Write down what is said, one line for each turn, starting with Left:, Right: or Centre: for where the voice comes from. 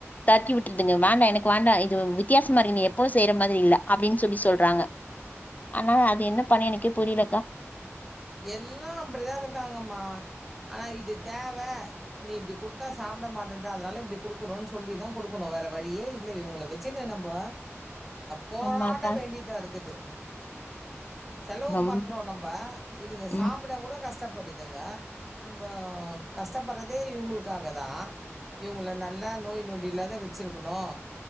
Left: தக்கி விட்ருதுங்க வேண்டா எனக்கு வேண்டா இது வித்தியாசமா இருக்கு நீ எப்பவு செய்ற மாரி இல்ல அப்டின் சொல்லி சொல்றாங்க அதனால அது என்ன பண்ண எனக்கே புரிலக்கா
Centre: எல்லாம் அப்படித்தா இருக்காங்கம்மா ஆனா இது தேவை நீ இப்படி குடுத்தா சாப்பிட மாட்டேன்ட்ட அதனால இப்படி குடுக்குறோன்னு சொல்லிதான் குடுக்கணும் வேற வழியே இல்ல இவங்களை வச்சுன்னு நம்போ போராட
Left: ஆமாக்கா
Centre: வேண்டியதான் இருக்குது செலவு
Left: ரொம்
Centre: பண்ணுறோம் நம்ப இதுங்க
Left: ம்
Centre: சாப்பிட கூட கஷ்டப்படுதுங்க நம்ம கஷ்டப்படுறதே இவங்களுக்காக தான் இவங்கள நல்லா நோய் நொடி இல்லாத வச்சிருக்கணும்